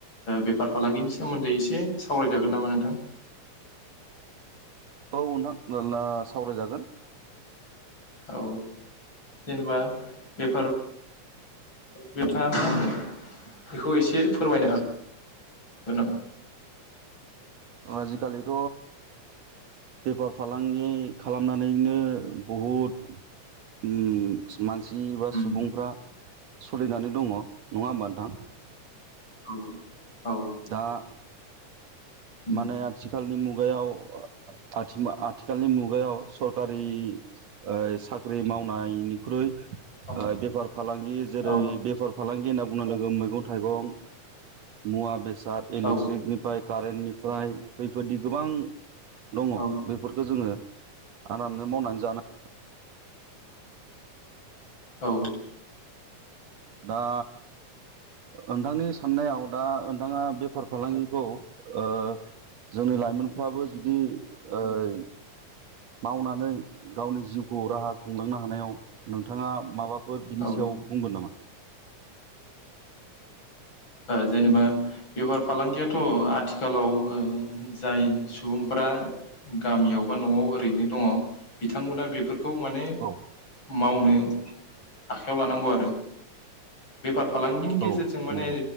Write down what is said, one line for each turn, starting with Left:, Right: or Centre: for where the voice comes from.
Left: बेफार फालांगिनि सोमोन्दै एसे सावरायजागोन नामा नोंथां।
Right: औ नोंथां <unintelligible> सावरायजागोन।
Left: औ जेनेबा बेफार बिथाङा बेखौ एसे फोरमायनो हागोन नामा?
Right: आजिखालिथ बेफार फालांगि खालामनानैनो बहुद उम मानसि बा
Left: उम
Right: सुबुंफ्रा सलिनानै दङ नङा होमबा नोंथां।
Left: औ औ
Right: दा
Left: उम
Right: माने आथिखालनि मु गायाव ओह आथिमा-आथिखालनि मुगायाव सरखारि ओह साख्रि मावनायनिख्रुइ
Left: औ
Right: ओह बेफार फालांगि जेरै
Left: औ
Right: बेफार फालांगि होनना बुंनो लोगो मैगं थाइगं मुवा बेसा <unintelligible>
Left: औ
Right: खारेननि फ्राय बैफोरदि गोबां दङ
Left: औ
Right: बैफोरखौ जोङो आरामनो मावनानै जानो
Left: औ।
Right: दा नोंथांनि साननायाव दा ओनथाङा बेफार फालांगिखौ ओह जोंनि लाइमोनफ्राबो जुदि ओह मावनानै गावनि जिउखौ राहा खुंलांनो हानायाव नोंथाङा माबाफोर बिनि
Left: औ
Right: सायाव बुंगोन नामा?
Left: ओह जेनेबा बेफार फालांगियाथ आथिखालाव ओ जाय सुबुंफ्रा गामियाव बा नआव ओरैनो दङ बिथांमोना बेफोरख खौ माने
Right: औ
Left: मावनो आखायाव लानांगौ आरो बेफार फालांगिनि गेजेरजों
Right: औ
Left: माने
Right: नंगौ